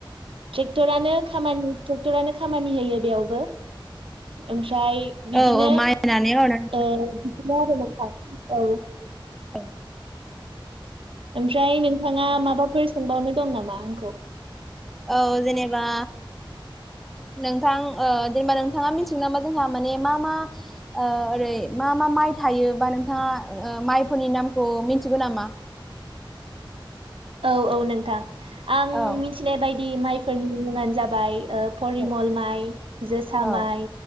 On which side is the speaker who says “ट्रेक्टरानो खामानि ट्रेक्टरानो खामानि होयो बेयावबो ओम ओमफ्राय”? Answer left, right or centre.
Right